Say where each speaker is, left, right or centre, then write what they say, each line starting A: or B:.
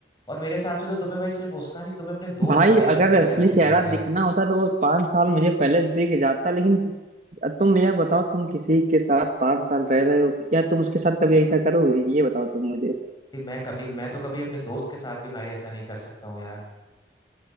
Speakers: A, on the left; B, on the right.
A: और मेरे हिसाब से तो तुम्हें भाई सिर्फ उसका नहीं तुम्हें अपने दोस्त
B: भाई
A: का भी एक
B: अगर
A: असली चेहरा
B: असली
A: दिखाई
B: चेहरा
A: दिया
B: दिखना होता तो वो पांच साल मुझे पहले दिख जाता लेकिन तुम यह बताओ तुम किसी के साथ पांच साल रह रहे हो या तुम उसके साथ कभी ऐसा करोगे ये बताओ तुम मुझे
A: भाई मैं कभी मैं तो कभी अपने दोस्त के साथ भी भाई ऐसा नहीं कर सकता हूँ यार